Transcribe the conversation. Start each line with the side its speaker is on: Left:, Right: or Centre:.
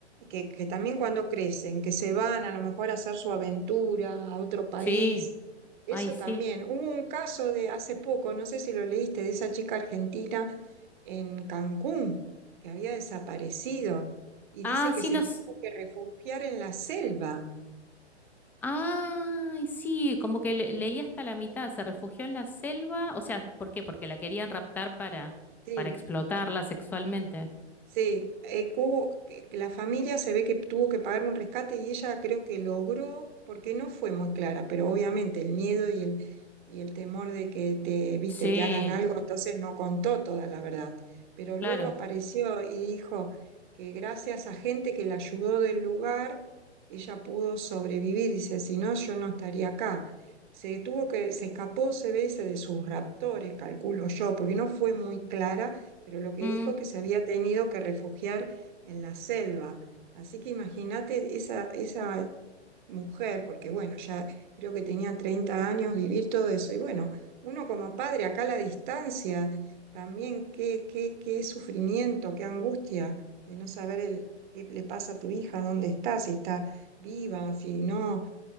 Right: que, que también cuando crecen, que se van a lo mejor a hacer su aventura a otro país,
Centre: sí,
Right: eso
Centre: ay, sí.
Right: también. Hubo un caso de hace poco, no sé si lo leíste, de esa chica argentina en Cancún, que había desaparecido y
Centre: Ah,
Right: dice que
Centre: sí,
Right: se
Centre: nos.
Right: tuvo que refugiar en la selva.
Centre: Ay, sí, como que le- leí hasta la mitad, se refugió en la selva, o sea, ¿por qué? Porque la querían raptar para,
Right: Sí,
Centre: para explotarla sexualmente.
Right: Sí, eh, hubo- que- que la familia se ve que tuvo que pagar un rescate y ella creo que logró, porque no fue muy clara, pero obviamente el miedo y el, y el temor de que te, viste,
Centre: Sí,
Right: te hagan algo, entonces no contó toda la verdad. Pero
Centre: claro.
Right: luego apareció y dijo que gracias a gente que la ayudó del lugar, ella pudo sobrevivir. Dice, si no, yo no estaría acá. Se tuvo que, se escapó, se ve, dice, de sus raptores, calculo yo, porque no fue muy clara pero lo que
Centre: Mm,
Right: dijo que se había tenido que refugiar en la selva. Así que imagínate esa, esa mujer, porque bueno, ya creo que tenía 30 años, vivir todo eso. Y bueno, uno como padre, acá a la distancia, también qué, qué, qué sufrimiento, qué angustia de no saber el, qué le pasa a tu hija, dónde está, si está viva, si no.